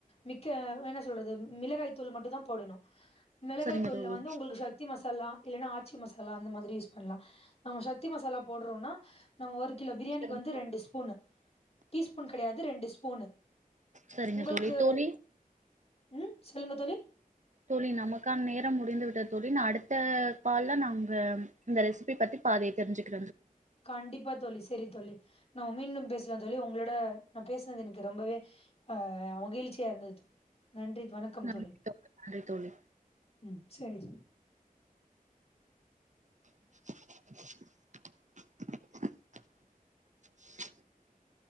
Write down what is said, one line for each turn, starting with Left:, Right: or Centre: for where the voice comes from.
Left: மிக்க என்ன சொல்றது மிளகாய் தூள் மட்டும் தான் போடணொ மிளகாய்
Right: சரிங்க
Left: தூள
Right: தோழி சரிங்க தோழி
Left: வந்து உங்களுக்கு சக்தி மசாலா இல்லன்னா ஆச்சி மசாலா அந்த மாதிரி யூஸ் பண்ணலாம் நம்ம சக்தி மசாலா போடுறோம்னா நம்ம ஒரு கிலோ பிரியாணிக்கு
Right: சரிங்க
Left: வந்து ரெண்டு ஸ்பூன் டீஸ்பூன் கெடயாது ரெண்டு ஸ்பூன்
Right: சரிங்க
Left: உங்களுக்கு
Right: தோழி தோழி
Left: உம் சொல்லுங்க தோழி
Right: தோழி நமக்கான நேரம் முடிந்து விட்ட தோழி அடுத்த கால்ல நாங்க இந்த ரெசிபி பத்தி பாதி தெரிஞ்சுக்
Left: கண்டிப்பா தோழி செரி தோழி நான் மீண்டும் பேசலாம் தோழி உங்களோட நான் பேசினது எனக்கு ரொம்பவே அஹ் மகிழ்ச்சியா இருந்தது தோ நன்றி வணக்கம்
Right: நன்றி
Left: தோழி
Right: நன்றி தோழி
Left: ம் செரி
Right: <inaudible>